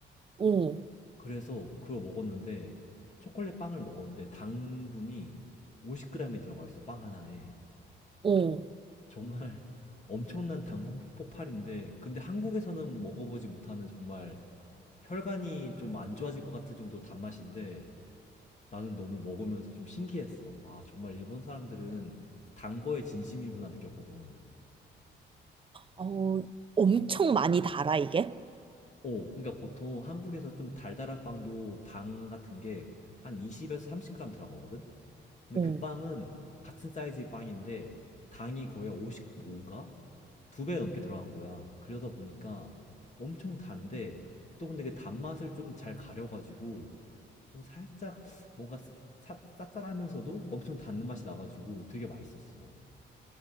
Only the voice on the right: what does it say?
어,
어.
어, 엄청 많이 달아, 이게.
어.